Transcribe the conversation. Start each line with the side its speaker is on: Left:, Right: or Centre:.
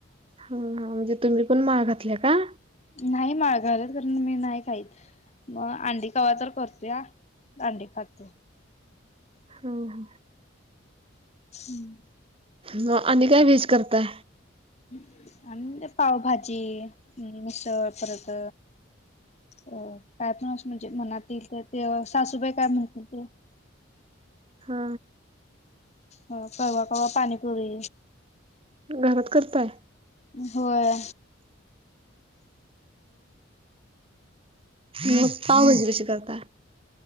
Right: ह म्हणजे तुम्ही पण माळ घातल्या का?
Left: नाही माळ घालत खरं मी नाही खाईत. मग अंडी कवा तर करते अंडी खातोय.
Right: हा हा
Left: हम्म
Right: मग आणि काय व्हेज करताय
Left: आणि म्हणजे पावभाजी मिसळ परत अ काय पण असं म्हणजे मनात येईल तर ते सासूबाई काय म्हणतील ते
Right: हा
Left: ह कवा कवा पाणीपुरी
Right: घरात करताय.
Left: होय
Right: ह मग पावभाजी कशी करता?